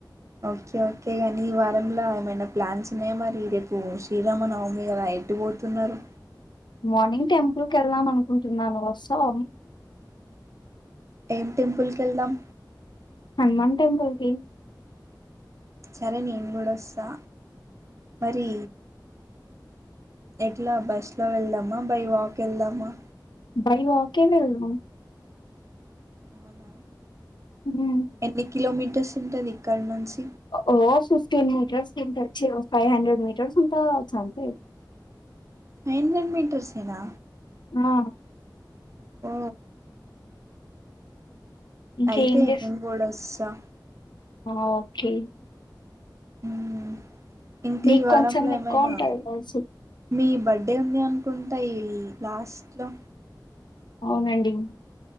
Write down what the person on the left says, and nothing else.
మార్నింగ్ టెంపుల్కి ఏళ్దాం అనుకుంటున్నాను వస్తావా
హనుమాన్ టెంపల్కి
బై వాకె వెళ్ళాం
ఉమ్
ఓ ఫిఫ్టీన్ మీటర్స్ అ ఫైవ్ హండ్రెడ్ మీటర్స్ అంత చ అంతే
ఆ
ఇంకేం
చేస్
ఆ ఓకే
మీకు
కొంచెం ఎకువ
ఉంటాడు తెలిసి
అవునండి